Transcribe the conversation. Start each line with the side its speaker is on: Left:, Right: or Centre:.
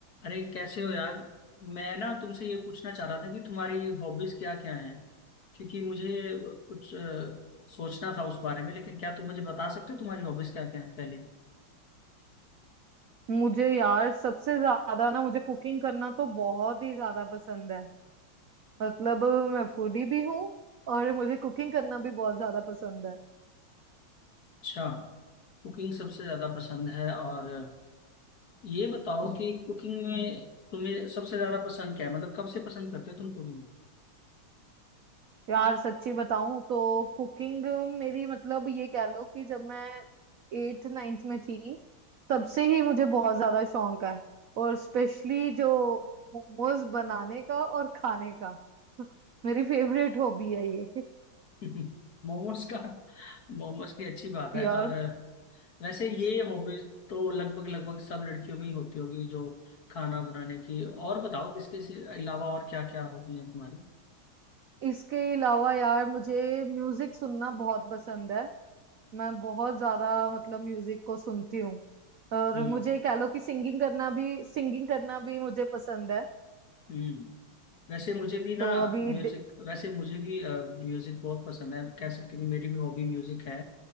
Left: अरे कैसे हो यार मैं ना तुमसे ये पूछना चाह रहा था कि तुम्हारी हॉबीज क्या क्या हैं क्योंकि मुझे कुछ अ, सोचना था उस बारे में लेकिन क्या तुम मुझे बता सकते हो तुम्हारी हॉबीज क्या क्या हैं पहले
Right: मुझे यार सबसे ज्यादा ना मुझे कुकिंग करना तो बहुत ही ज्यादा पसंद है मतलब मैं फूडी भी हूँ और मुझे कुकिंग करना भी बहुत ज्यादा पसंद है
Left: अच्छा कुकिंग सबसे ज्यादा पसंद है और ये बताओ कि कुकिंग में तुम्हें सबसे ज्यादा पसंद क्या है मतलब कब से पसंद करते हो तुम कुकिंग
Right: यार सच्ची बताऊं तो कुकिंग मेरी मतलब ये कह लो कि जब मैं एट नाइन्थ में थी तब से ही मुझे बहुत ज्यादा शौक है और स्पेशली जो मोमोज बनाने का और खाने का <laughs> मेरी फेवरेट हॉबी है ये
Left: <laughs> मोमोज का मोमोज की अच्छी बात है
Right: यार
Left: और वैसे ये हॉबीज तो लगभग लगभग सब लड़कियों में ही होती होगी जो खाना बनाने की और बताओ इसके से- अलावा और क्या क्या हॉबी है तुम्हारी
Right: इसके अलावा यार मुझे म्यूजिक सुनना बहुत पसंद है मैं बहुत ज्यादा मतलब म्यूजिक को सुनती हूँ और
Left: हम्म
Right: मुझे कह लो कि सिंगिंग करना भी सिंगिंग करना भी मुझे पसंद है
Left: हम्म वैसे मुझे भी ना
Right: तो अभी
Left: म्यूजिक
Right: डे-
Left: वैसे मुझे भी म्यूजिक बहुत पसंद है कह सकते हैं कि मेरी भी हॉबी म्यूजिक है